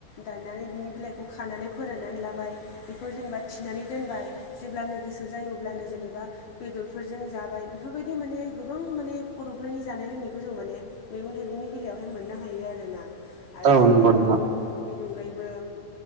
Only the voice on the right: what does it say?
औ
नंगौ नोंथां